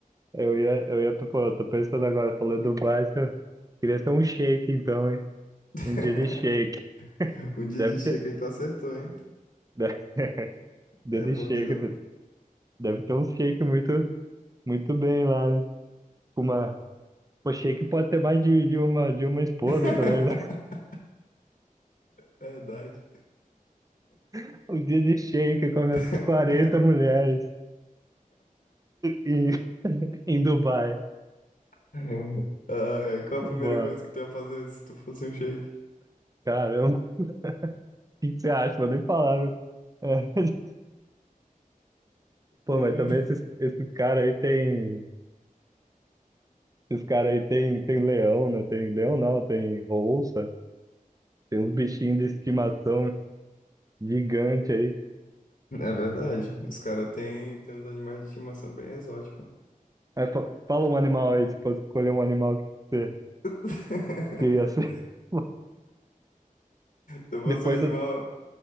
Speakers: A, on the right; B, on the left.
A: eu ia, eu ia, pô, eu tô pensando agora, falou Dubai, se eu queria ser um shake, então, hein?
B: <laughs>
A: Um dia de shake.
B: Um dia
A: Deve
B: de chega
A: ter.
B: aí tu acertou, hein?
A: Deve, dia
B: É
A: de Daily
B: porque
A: shake.
B: do.
A: de- Deve ter um shake muito, muito bem lá, né? Com Uma, pô, shake pode ter mais de, de uma, de uma esposa
B: <laughs>
A: também, né?
B: Verdade.
A: <laughs> Um dia de shake com
B: <laughs>
A: as 40 mulheres em, <laughs> em Dubai.
B: Caramba. Ah, é. Qual
A: Boa.
B: a primeira coisa que tu ia fazer se tu fosse um shake?
A: Caramba, o que que você acha? Vou nem falar, viu? É. <laughs> Pô,
B: Ia
A: mas
B: viver.
A: também esses, esses caras aí tem. Esses caras aí tem, tem leão, né? Tem leão não, tem onça, tem uns bichinhos de estimação gigante aí.
B: É verdade. Os caras têm tem uns animais de estimação bem exóticos.
A: Aí fa- fala um animal aí, se fosse escolher um animal que você
B: <laughs>
A: queria ser. <laughs>
B: Se eu
A: Depois
B: fosse um animal,
A: do,